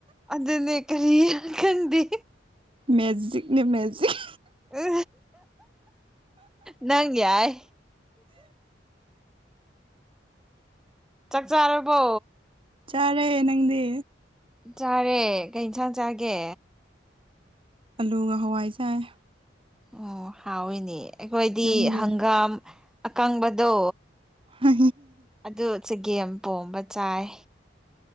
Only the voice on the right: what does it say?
ꯃꯦꯖꯤꯛꯅꯦ ꯃꯦꯖꯤꯛ
ꯆꯥꯔꯦ ꯅꯪꯗꯤ
ꯑꯥꯂꯨꯒ ꯍꯋꯥꯏꯖꯥꯏ
ꯅꯪꯗꯤ
ꯍ